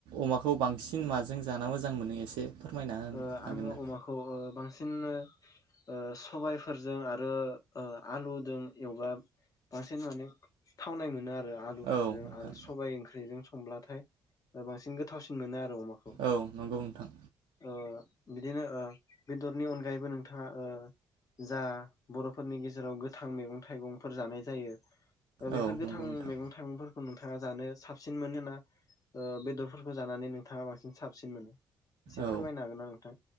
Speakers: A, on the right (about 60°); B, on the left (about 35°).
A: अमाखौ बांसिन माजों जाना मोजां मोनो एसे फोरमायना होनो
B: ओ
A: हागोन
B: आङो
A: ना
B: अमाखौ ओ बांसिन ओ सबायफोरजों आरो ओ आलुदों एवबा बांसिन माने थावनाय मोनो आ ओ आलुफोरजों
A: औ नोंथां
B: आरो सबाइ ओंख्रिजों संब्लाथाय बांसिन गोथावसिन मोनो आरो। अमाखौ
A: औ नंगौ नोंथां।
B: ओ बिदिनो ओ बेदरनि अनगायैबो नोंथाङा ओ जा बर'फोरनि गेजेराव गोथां मैगं थाइगंफोर जानाय जायो। ओ बेफोर
A: औ
B: गोथां
A: नंगौ नोंथां
B: मैगं थाइगंफोर नोंथाङा जानो साबसिन मोनो ना ओ बेदरफोरखौ जानानै नोंथाङा बांसिन साबसिन मोनो? एसे
A: औ
B: फोरमायनो हागोन ना नोंथां?